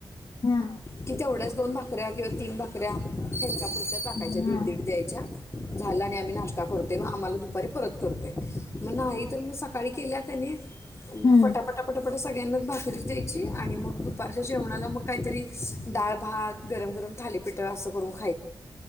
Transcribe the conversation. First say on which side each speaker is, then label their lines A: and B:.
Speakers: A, on the left; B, on the left.
A: हा
B: की तेवढ्याच दोन भाक- कऱ्या किंवा तीन भाकऱ्या हेच्या पु- त्या टाकायच्या
A: हा
B: दीड दीड द्यायच्या- झालं आणि आम्ही नाश्ता करतोय मग आम्हाला दुपारी परत करतोय मग नाही तर मग सकाळी केल्या कनी-
A: हम्म
B: पटापटा पटा- सगळ्यांनाच भाकरीच द्यायची आणि मग दुपारच्या जेवणाला मग काहीतरी- डाळ भात- गरम गरम‌ थालीपीठ असं करून खा-